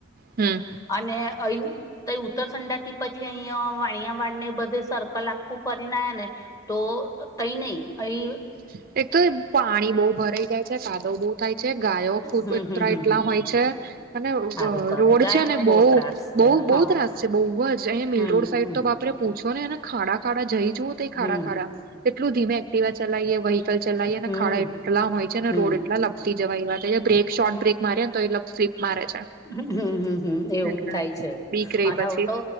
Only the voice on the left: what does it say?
અને અઈન તઇ ઉત્તરસંડા થી પછી અહં વાણિયા વાડને બધે સર્કલ આખું ફરીને આવ્યા ને તો તઈ નહી અહીં
હમ હમ હમ
હમ
સારું કરે
ગાયો
નો
બહુ ત્રાસ છે
હા
હમ
હમ
હમ
હમ
હમ
હમ્મ હમ્મ હમ્મ એવું
જ થાય છે
અને
હ તો